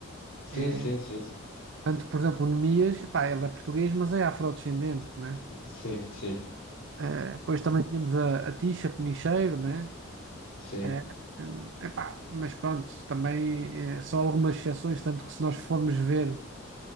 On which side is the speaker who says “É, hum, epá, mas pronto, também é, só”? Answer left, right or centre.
Right